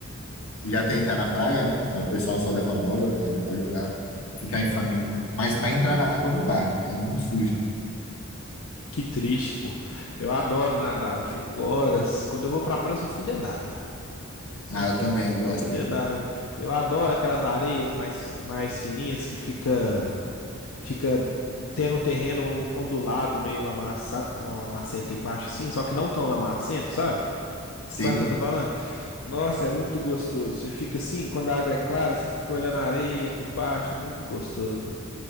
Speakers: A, on the left; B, on the left.
A: Já tem já na praia, né? Aí o pessoal só leva a bola, aí dá pra jogar, ficar em família. Mas pra entrar na água não dá, é muito sujo.
B: Que triste, pô. Eu adoro nadar, eu fico horas. Quando eu vou pra praia, eu só fico dentro d'água. Só
A: Ah,
B: fico
A: eu também, eu gosto,
B: dentro
A: hein?
B: d'água. Eu adoro aquelas areias mais, mais fininhas que fica, fica tendo um terreno on- ondulado, meio lamaça, lamacento embaixo, assim, só que não tão lamacento, sabe? Você
A: Sim.
B: sabe o que eu tô falando? Nossa, é muito gostoso. Você fica assim, quando a água é clara, você fica olhando a areia por baixo, é muito gostoso.